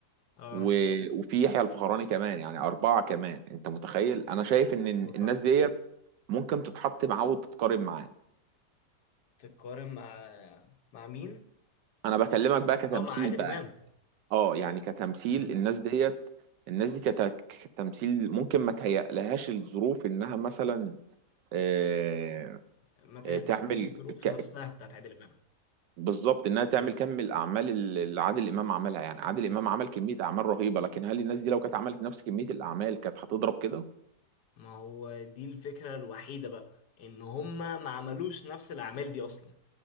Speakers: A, on the left; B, on the right.
A: اه
B: و- وفي يحيى الفخراني كمان يعني اربعه كمان انت متخيل انا شايف ان
A: هو صح
B: الناس ديت ممكن تتحط معاه وتتقارب معاه
A: تتقارن مع مع مين
B: انا بكلمك بقى كتمثيل
A: اه مع عادل
B: بقى
A: امام
B: اه يعني كتمثيل
A: بس
B: الناس ديت الناس دي كت- كتمثيل ممكن ما تهيألهاش الظروف انها مثلا آه،
A: ما تقلقش
B: آه، تعمل
A: الظروف
B: ك-
A: نفسها بتاعت عادل امام
B: بالظبط انها تعمل
A: صح
B: كم الاعمال اللي عادل امام عملها يعني عادل امام
A: صح
B: عمل كميه اعمال رهيبه لكن هل الناس دي لو كانت عملت نفس كميه الاعمال كانت هتضرب كده
A: ما هو دي الفكره الوحيده بقى ان هما ما عملوش نفس الاعمال دي اصلا